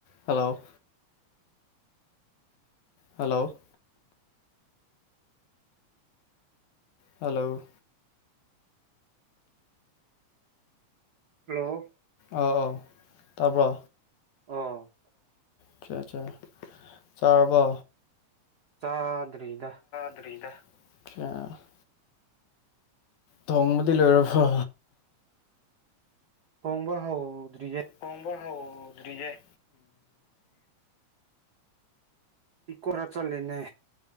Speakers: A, on the left; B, on the right.
A: Hello hello hello
B: hello
A: ꯑ ꯑꯥꯎ ꯇꯥꯕ꯭ꯔꯣ
B: ꯑꯣ
A: ꯑꯆꯥ ꯑꯆꯥ ꯆꯥꯔꯕꯣ
B: ꯆꯥꯗ꯭ꯔꯤꯗ
A: ꯗꯔꯤꯗ <unintelligible> ꯑ <unintelligible> ꯇꯣꯡꯕꯗꯤ ꯂꯣꯏꯔꯕꯣ
B: ꯊꫭꯡꯕ ꯍꯧꯗ꯭ꯔꯌ‌ꯦ
A: ꯊꫭꯡꯕ ꯍꯧꯗꯔꯤꯌ‌ꯦ
B: ꯏ ꯀꯔ <unintelligible> ꯆꯂꯦꯅꯦ